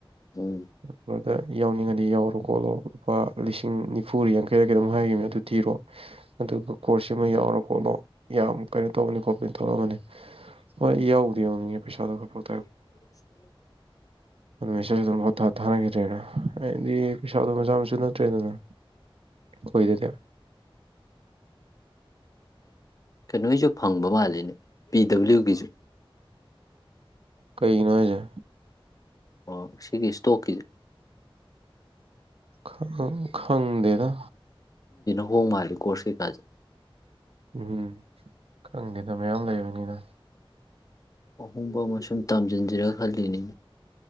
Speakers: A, on the left (about 40°); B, on the right (about 80°).
A: ꯎꯝ
B: <unintelligible> ꯇ ꯌꯥꯎꯅꯤꯡꯉꯗꯤ ꯌꯥꯎꯔꯣꯈꯣꯠꯂꯣ ꯋꯥ ꯂꯤꯁꯤꯡ ꯅꯤꯐꯨ ꯌꯥꯡꯈꯩꯔ ꯀꯩꯅꯣꯝ ꯍꯥꯏꯒꯤꯃꯦ ꯑꯗꯨ ꯊꯤꯔꯣ ꯑꯗꯨꯒ ꯀꯣꯔꯁ ꯁꯤꯃ ꯌꯥꯎꯔꯣ ꯈꯣꯠꯂꯣ ꯌꯥꯝ ꯀꯩꯅꯣ ꯇꯧꯕꯅꯦ ꯈꯣꯠꯄꯅꯦ ꯇꯧꯔꯃꯅꯦ ꯍꯣꯏ ꯌꯥꯎꯕꯨꯗꯤ ꯌꯥꯎꯅꯤꯡꯉꯦ ꯄꯩꯁꯥꯗꯣ ꯈꯔꯥ ꯐ
A: <unintelligible>
B: ꯑꯗꯨ ꯃꯦꯁꯦꯁ ꯗꯨꯝ ꯊꯥ ꯊꯥꯈꯤꯗ꯭ꯔꯦꯅ ꯑꯩꯗꯤ ꯄꯩꯁꯥꯗꯨ ꯃꯆꯥ ꯃꯁꯨ ꯑꯗꯨ ꯅꯠꯇ꯭ꯔꯦꯗꯅ ꯈꯣꯏꯗꯗꯤ
A: ꯀꯩꯅꯣ ꯖꯨ ꯐꯪꯕ ꯃꯥꯜꯂꯤꯅꯦ ꯄꯤ ꯗꯕꯂ꯭ꯌꯨꯒꯤꯁꯨ
B: ꯀꯩꯅꯣ ꯍꯥꯏꯖꯦ
A: ꯑꯣ ꯁꯤꯒꯤ ꯁ꯭ꯇꯣꯛꯀꯤ
B: ꯈꯪ ꯈꯪꯗꯦꯗ
A: <unintelligible> ꯃꯥꯂꯤ ꯀꯣꯁ ꯀꯩꯀꯥꯁꯦ
B: ꯎꯝ ꯈꯪꯗꯦꯗ ꯃꯌꯥꯝ ꯂꯩꯕꯅꯤꯅ
A: ꯑꯍꯣꯡꯕ ꯑꯃ ꯁꯨꯝ ꯇꯥꯝꯖꯤꯟꯁꯤꯔ ꯍꯜꯂꯤꯅꯤ